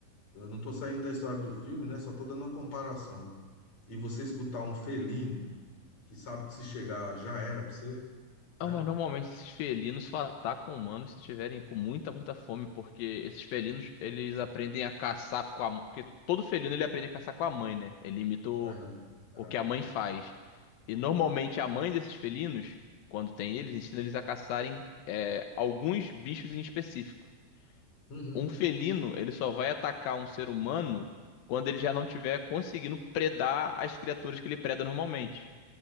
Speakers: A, on the left (about 50°); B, on the left (about 85°).
A: Eu não tô saindo da história do filme, né? Só tô dando uma comparação. E você escutar um felino que sabe que se chegar já era pra você. né?
B: Não, mas normalmente esses felinos só atacam humanos se tiverem com muita, muita fome, porque esses felinos, eles aprendem a caçar com a mãe, porque todo felino ele aprende a caçar com a mãe, né? Ele imita o,
A: Aham, é.
B: o que a mãe faz. E normalmente a mãe desses felinos, quando tem eles, ensina eles a caçarem é, alguns bichos em específico.
A: Uhum,
B: Um felino, ele só vai atacar um ser humano quando ele já não tiver conseguindo predar as criaturas que ele preda normalmente.